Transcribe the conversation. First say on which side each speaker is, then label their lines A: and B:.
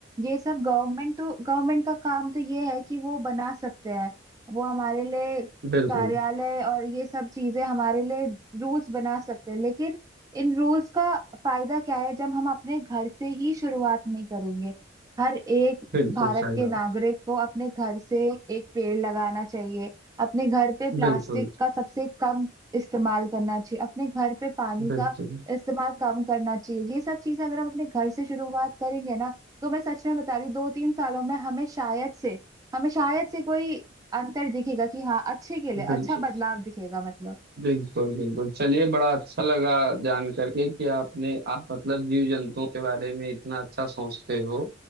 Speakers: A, on the right (about 20°); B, on the right (about 55°).
A: ये सब गवर्नमेंट तो गवर्नमेंट का काम तो ये है कि वो बना सकते हैं वो हमारे लिए
B: बिल्कुल
A: कार्यालय और ये सब चीजें हमारे लिए रूल्स बना सकते हैं लेकिन इन रूल्स का फायदा क्या है जब हम अपने घर से ही शुरुआत नहीं करेंगे हर एक
B: बिल्कुल
A: भारत
B: सही
A: के
B: बात
A: नागरिक को अपने घर से एक पेड़ लगाना चाहिए अपने घर पे प्लास्टिक
B: बिल्कुल
A: का सबसे कम इस्तेमाल करना चाहिए अपने घर पे पानी
B: बिल्कुल
A: का इस्तेमाल कम करना चाहिए ये सब चीजें अगर हम अपने घर से शुरुआत करेंगे ना तो मैं सच में बता रही हूँ दो तीन सालों में हमें शायद से हमें शायद से कोई अंतर दिखेगा कि हाँ अच्छे के लिए
B: बिल्कुल
A: अच्छा बदलाव दिखेगा मतलब
B: बिल्कुल बिल्कुल चलिए बड़ा अच्छा लगा जान करके कि आपने आप मतलब जीव जंतुओं के बारे में इतना अच्छा सोचते हो